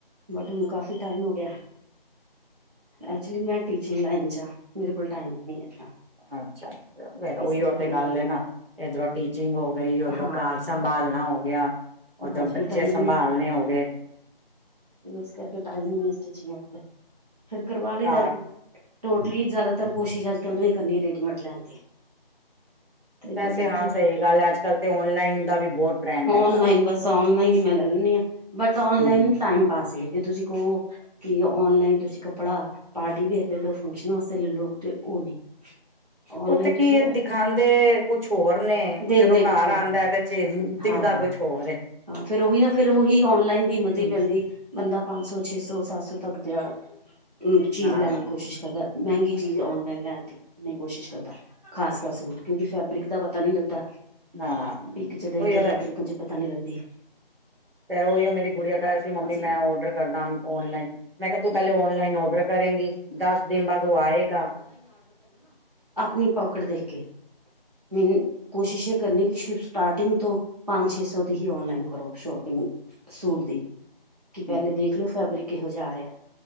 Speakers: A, on the right; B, on the right.
A: ਬਟ ਹੁਣ ਕਾਫੀ ਟਾਈਮ ਹੋ ਗਿਆ ਐਕਚੂਲੀ ਮੈਂ ਟੀਚਿੰਗ ਲਾਈਨ 'ਚ ਆ ਮੇਰੇ ਕੋਲ ਟਾਈਮ ਨਹੀਂ ਹੈਗਾ
B: ਅੱਛਾ ਫਿਰ ਉਹੀ
A: ਇਸ ਕਰਕੇ
B: ਤੇ ਗੱਲ
A: ਮੈਂ
B: ਨਾ ਇਧਰੋਂ ਟੀਚਿੰਗ ਹੋ ਗਈ ਉਧਰੋਂ
A: ਹਾਂ
B: ਘਰ ਸੰਭਾਲਣਾ ਹੋ ਗਿਆ ਓਧਰੋਂ
A: ਬਸ
B: ਬੱਚੇ
A: ਫਿਰ ਟਾਈਮ
B: ਸੰਭਾਲਣੇ
A: ਹੀ
B: ਹੋ ਗਏ
A: ਇਸ ਕਰਕੇ ਟਾਈਮ ਹੀ ਨੀ ਮਿਲਦਾ ਸਟਿਚਿੰਗ ਵਾਸਤੇ ਫਿਰ ਕਰਵਾ
B: ਘਰ
A: ਲਈ ਦਾ ਜੀ ਟੋਟਲੀ ਜ਼ਿਆਦਾਤਰ ਕੋਸ਼ਿਸ਼ ਅੱਜ ਕੱਲ ਨਹੀਂ ਕਰਨੀ ਰੈਡੀਮੇਡ ਲੈਣ ਦੀ ਤੇ
B: ਵੈਸੇ
A: ਨਹੀਂ
B: ਹਾਂ
A: ਫਿਰ
B: ਸਹੀ ਗੱਲ ਹੈ ਅੱਜ ਕੱਲ੍ਹ ਤੇ ਔਨਲਾਈਨ ਦਾ ਵੀ ਬਹੁਤ ਟਰੈਂਡ
A: ਔਨਲਾਈਨ
B: ਹੈਗਾ ਵੇ
A: ਬਸ ਔਨਲਾਈਨ ਹੀ ਮੈਂ ਲੈ ਲੈਂਦੀ ਹਾਂ ਬਟ ਔਨਲਾਈਨ
B: ਹੂੰ
A: ਟਾਈਮ ਪਾਸ ਹੀ ਜੇ ਤੁਸੀਂ ਕਹੋ ਕਿ ਔਨਲਾਈਨ ਤੁਸੀਂ ਕੱਪੜਾ ਪਾਰਟੀ ਵੇਅਰ ਲੈ ਲਓ ਫੰਕਸ਼ਨ ਵਾਸਤੇ ਲੈ ਲਓ ਤੇ ਉਹ ਨੀ ਔਨਲਾਈਨ
B: ਉਹ ਤੇ ਕੀ
A: ਤੁਸੀਂ
B: ਦਿਖਾਉਂਦੇ ਕੁਛ ਹੋਰ ਨੇ
A: ਦਿੰਦੇ
B: ਜਦੋਂ
A: ਕੁਛ
B: ਘਰ
A: ਹੋਰ
B: ਆਉਂਦਾ
A: ਨੇ
B: ਤੇ ਚੀਨ ਦਿਖਦਾ
A: ਹਾਂ ਹਾਂ
B: ਕੁਛ ਹੋਰ ਹੈ
A: ਹਾਂ ਫਿਰ ਉਹੀ ਨਾ ਫਿਰ ਉਹੀ ਔਨਲਾਈਨ ਕੀਮਤ
B: ਹੂੰ
A: ਹੀ ਪੈਂਦੀ ਬੰਦਾ ਪੰਜ ਸੌ ਛੇ ਸੌ ਸੱਤ ਸੌ ਤੱਕ ਦੇ ਹਮ, ਚੀਜ਼
B: ਹਾਂ
A: ਲੈਣ ਦੀ ਕੋਸ਼ਿਸ਼ ਕਰਦਾ, ਮਹਿੰਗੀ ਚੀਜ਼ ਔਨਲਾਈਨ ਲੈਣ ਦੀ ਨਹੀ ਕੋਸ਼ਿਸ਼ ਕਰਦਾ, ਖਾਸ ਕਰ ਸੂਟ, ਕਿਉਂਕਿ ਫੈਬਰਿਕ ਦਾ ਪਤਾ ਨਹੀਂ ਲੱਗਦਾ
B: ਹਾਂ
A: ਪਿਕ 'ਚ ਦੇਖ
B: ਉਹੀਓ
A: ਕੇ ਫੈਬਰਿਕ ਨੂੰ 'ਚ ਪਤਾ ਨੀ ਲੱਗਦੀ
B: ਤੇ ਉਹੀ ਮੇਰੀ ਗੁੜੀਆ ਕਹਿ ਰਹੀ ਸੀ ਮੰਮੀ
A: ਅਸੀਂ
B: ਮੈਂ ਔਡਰ ਕਰਦਾ ਔਨਲਾਈਨ ਮੈਂ ਕਿਹਾ ਤੂੰ ਪਹਿਲੇ ਔਨਲਾਈਨ ਔਡਰ ਕਰੇਗੀ ਦਸ ਦਿਨ ਬਾਅਦ ਉਹ ਆਏਗਾ
A: ਆਪਣੀ ਪੋਕਟ ਦੇਖ ਕੇ ਹਮਮ ਕੋਸ਼ਿਸ਼ ਇਹ ਕਰਨੀ ਕਿ ਸਟਾਰਟਿੰਗ ਤੋਂ ਪੰਜ ਛੇ ਸੌ ਦੀ ਹੀ ਔਨਲਾਈਨ ਕਰੋ ਸ਼ੋਪਿੰਗ ਸੂਟ ਦੀ ਕਿ ਪਹਿਲੇ
B: ਹੂੰ
A: ਦੇਖਲੋ ਫੈਬਰਿਕ ਕਿਹੋ ਜਿਹਾ ਆਇਆ